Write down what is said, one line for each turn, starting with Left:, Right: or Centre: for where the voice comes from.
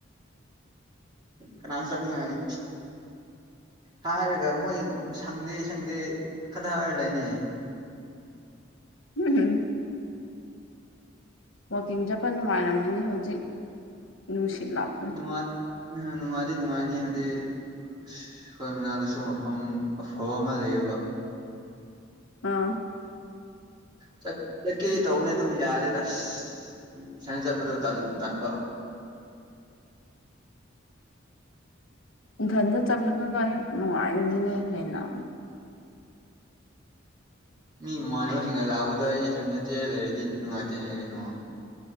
Right: ꯀꯅꯥ ꯆꯠꯅꯤꯡꯉꯥꯏ ꯍꯥꯏꯔꯒ ꯃꯣꯏ ꯁꯪꯗꯦ ꯁꯪꯗꯦ ꯈꯇ ꯍꯥꯏꯔ ꯂꯩꯅꯦ
Left: ꯍꯝ ꯋꯥꯛꯀꯤꯡ ꯆꯠꯄ ꯅꯨꯡꯉꯥꯏꯔꯝꯃꯅꯤ ꯍꯧꯖꯤꯛ ꯅꯨꯡꯁꯤꯠ ꯂꯥꯛꯄꯅꯦ
Right: ꯅꯨꯡ ꯅꯨꯡꯉꯔꯤ ꯅꯨꯡꯉꯥꯏꯅꯤ ꯑꯗꯤ ꯑꯩꯈꯣꯏ ꯃꯅꯥꯛꯇꯁꯨ ꯃꯐꯝ ꯑꯐꯕ ꯑꯃ ꯂꯩꯌꯦꯕ
Left: ꯑꯥ
Right: ꯆ ꯆꯠꯀꯤ ꯇꯧꯅꯦ ꯑꯗꯨꯕꯨ ꯌꯥꯔꯦ ꯇꯁ ꯏꯁꯅ ꯆꯠꯄꯗꯨ ꯇꯟꯕ
Left: ꯅꯊꯟꯗ ꯆꯠꯗꯨꯅ ꯍꯅꯨꯡꯉꯏꯅꯤꯅꯦ ꯍꯦꯅ
Right: ꯃꯤ ꯃꯃꯥꯟꯅꯕꯁꯤꯡꯒ ꯂꯥꯛꯕꯗ ꯑꯩ ꯏꯊꯟꯇ ꯆꯦꯔ ꯂꯩꯔꯗꯤ ꯅꯨꯡꯉꯥꯏꯇꯦꯅꯦ ꯀꯩꯅꯣ